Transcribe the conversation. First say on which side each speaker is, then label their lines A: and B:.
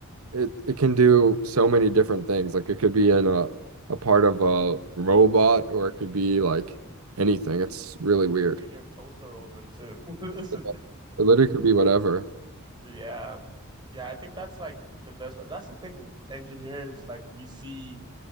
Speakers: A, on the right (about 80°); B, on the right (about 20°).
A: it it can do so many different things. Like it could be in a a part of a robot or it could be like anything. It's really weird.
B: could be in your toaster oven too. <laughs>
A: It literally could be whatever.
B: Yeah. Yeah, I think that's like the best part. That's the thing, engineers, like we see